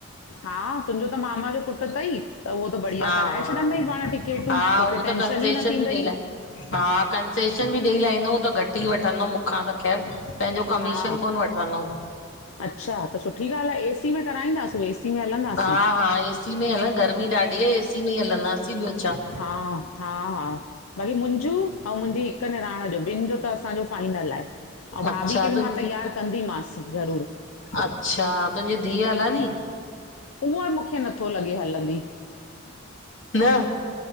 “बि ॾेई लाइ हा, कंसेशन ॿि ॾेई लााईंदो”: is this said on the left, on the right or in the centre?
Left